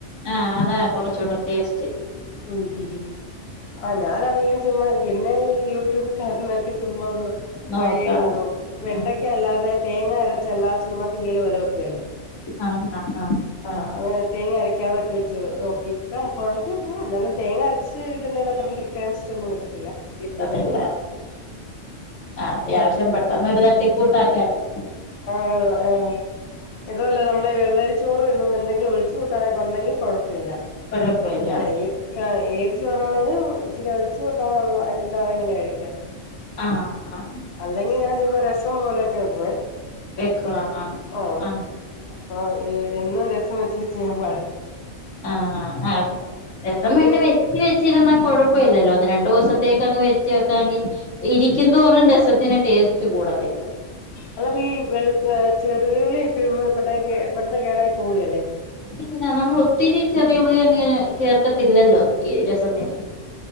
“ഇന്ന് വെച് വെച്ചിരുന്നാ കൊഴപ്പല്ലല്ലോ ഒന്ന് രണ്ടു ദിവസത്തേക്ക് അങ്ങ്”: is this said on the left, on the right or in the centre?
Left